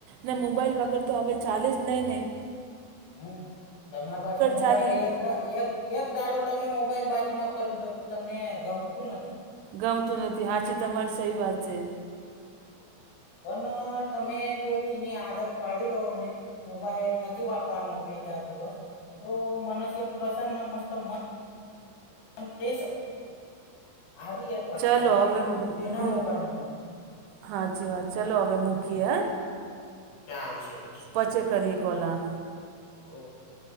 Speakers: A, on the right; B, on the left.
A: ને મોબાઈલ વગર તો હવે ચાલે જ નહીં નેં
B: હમ તમારી પાસે મોબાઈલ
A: ચાલી
B: એકદા એક એક દાડો તમે મોબાઈલ બાજુમાં કરી દો તો તમને ગમતું નથી.
A: ગમતું નથી. હાચી તમારી સહી વાત છે.
B: પણ તમે જો તેની આદત પાડી લોવ ને મોબાઈલ નથી વાપરાનું બે ચાર દિવસ તો મનસ એમ પ્રસન્ન મસ્ત મ અન ફ્રેેશ <inaudible> આવી એક વાત છે
A: ચલો
B: બે
A: હવે
B: બેના
A: મૂક
B: મોબાઈલ ન
A: હાચી વાત ચાલો હવે મૂકીએ હે.
B: ચાલશે પછી.
A: પચે કરીએ કોલા.
B: ઓકે